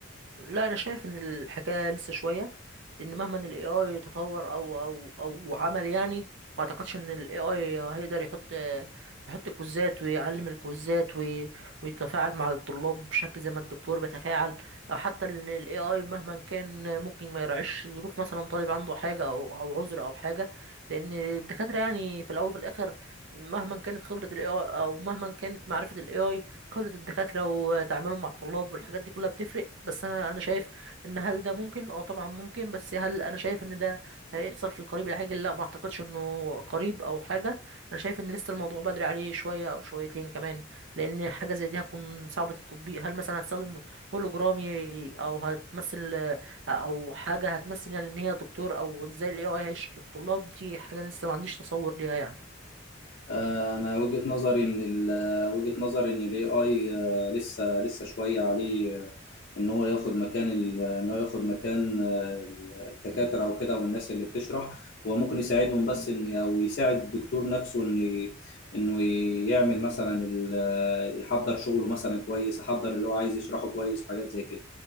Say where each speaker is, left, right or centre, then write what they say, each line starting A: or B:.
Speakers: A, on the right; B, on the left.
A: لا انا شايف ان الحكايه لسه شويه لان مهما ان الاي اي تطور او او او عمل يعني ما اعتقدش ان الاي اي هيقدر يحط يحط كوزات ويعلم الكوزات وي- ويتفاعل مع الطلاب بشكل زي ما الدكتور بيتفاعل او حتى ان الاي اي مهما كان ممكن ما يراعيش ظروف مثلا طالب عنده حاجه او او عذر او حاجه لان الدكاتره يعني في الاول وفي الاخر مهما كانت خبره الاي اي او مهما كانت معرفه الاي اي خبرة الدكاترة وتعاملهم مع الطلاب والحاجات دي كلها بتفرق بس أنا أنا شايف إن هل ده ممكن؟ أه طبعا ممكن بس هل أنا شايف إن ده هيحصل في القريب العاجل؟ لا ما أعتقدش إنه قريب أو حاجة أنا شايف إن لسه الموضوع بدري عليه شوية أو شويتين كمان لأن حاجة زي دي هتكون صعبة التطبيق هل مثلا هتستخدم هولوجرامي أو هتمثل أو حاجة هتمثل يعني إن هي دكتور أو إزاي ال AI هيشرح للطلاب دي حاجة لسه ما عنديش تصور ليها يعني
B: آه، انا وجهة نظري ان ال- وجهة نظري ان الاي اي لسه لسه شوية عليه آه، ان هو ياخد مكان ال- ان هو ياخد مكان آه، الدكاترة او كده والناس اللي بتشرح هو ممكن يساعدهم بس ان او يساعد الدكتور نفسه ان ي- انه يعمل مثلا ال- آه، يحضر شغله مثلا كويس يحضر اللي هو عايز يشرحه كويس وحاجات زي كده